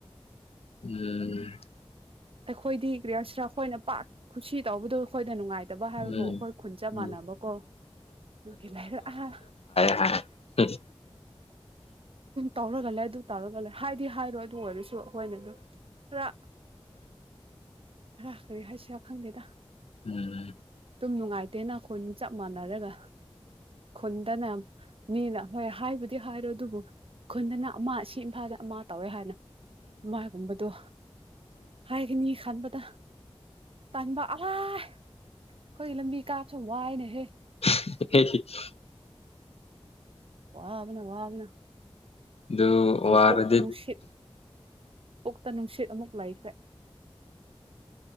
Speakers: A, on the left; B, on the right.
A: ꯎꯝ
B: ꯑꯩꯈꯣꯏꯗꯤ ꯒ꯭ꯔꯤꯌꯥꯁ꯭ꯔꯥ ꯑꯩꯈꯣꯏꯅ ꯄꯥꯛ ꯀꯨꯁꯤ ꯇꯧꯕꯗꯣ ꯑꯩꯈꯣꯏꯗ ꯅꯨꯡꯉꯥꯏꯇꯦ ꯂꯩꯇꯕ ꯍꯥꯏꯕꯕꯨ
A: ꯎꯝ
B: ꯑꯩꯈꯣꯏ ꯈꯨꯟ ꯆꯞ
A: ꯎꯝ
B: ꯃꯥꯟꯅꯕꯀꯣ ꯑꯗꯨꯒꯤ ꯂꯥꯏꯔꯛ ꯑ
A: ꯑ <unintelligible>
B: ꯇꯧꯔꯒꯂ ꯩ ꯑꯗꯨ ꯇꯧꯔꯒꯂꯩ ꯍꯥꯏꯗꯤ ꯍꯥꯏꯔꯣꯏ ꯑꯗꯨ ꯑꯣꯏꯔꯁꯨ ꯑꯩꯈꯣꯏꯅ ꯑꯗꯨꯝ ꯈꯔ ꯈꯔ ꯀ꯭ꯔꯤ ꯍꯥꯏꯁꯤꯔꯥ ꯈꯪꯗꯦꯗ
A: ꯎꯝ
B: ꯑꯗꯨꯝ ꯅꯨꯡꯉꯥꯏꯇꯦꯅ ꯈꯨꯟ ꯆꯞ ꯃꯥꯟꯅꯔꯒ ꯈꯨꯟꯗꯥꯅ ꯃꯤꯅ ꯍꯣꯏ ꯍꯥꯏꯕꯨꯗꯤ ꯍꯥꯏꯔꯣꯏ ꯑꯗꯨꯕꯨ ꯈꯨꯟꯗꯅ ꯑꯃ ꯁꯤ ꯏꯝꯐꯥꯜꯗꯅ ꯑꯃ ꯇꯧꯋꯦ ꯍꯥꯏꯅ ꯃꯥꯒꯨꯝꯕꯗꯣ ꯍꯥꯏꯒꯅꯤ ꯈꯟꯕꯗ ꯇꯟꯕ ꯑ ꯑꯩꯈꯣꯏ ꯂꯝꯕꯤ ꯀꯥꯕꯁꯦ ꯋꯥꯏꯌꯦꯅꯍꯦ
A: <unintelligible>
B: ꯋꯥꯕꯅ ꯋꯥꯕꯅ
A: ꯑꯗꯨ
B: ꯁꯤ
A: ꯋꯥꯔꯗꯤ
B: ꯄꯨꯛ ꯅꯨꯡꯁꯤꯠ ꯄꯨꯛꯇ ꯅꯨꯡꯁꯤꯠ ꯑꯃꯨꯛꯀ ꯂꯩꯈ꯭ꯔꯦ